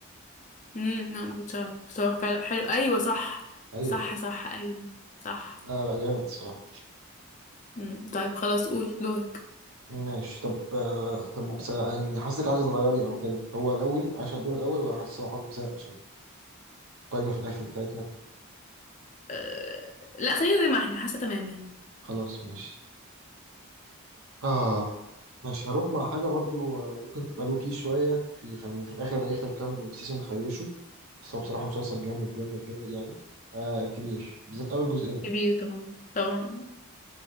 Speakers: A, on the left; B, on the right.
A: امم لا ما كنتش عارف بصراحه فعلا حلو ايوه صح
B: ايوه
A: صح صح ايوه صح
B: لا لا جامد الصراحة
A: مم. طيب خلاص قول دورك
B: ماشي طب آه، طب سا- يعني حاسسك عايز تغيري او كده هو الاول عايش على الدور الاول ولا حاسس هو حاول مساء؟ عشان قايمة في الآخر بتاعتنا
A: أه... لا خلينا زي ما احنا حاسه تمام يعني
B: خلاص ماشي آه ماشي هروح مع حاجة برضو آه، ممكن تبقى لوكي شوية في عشان في الآخر آخر كام سيزون خيشوا بس هو بصراحة مسلسل جامد جامد جامد يعني آه كبير بالذات أول جزئين
A: كبير طبعا طبعا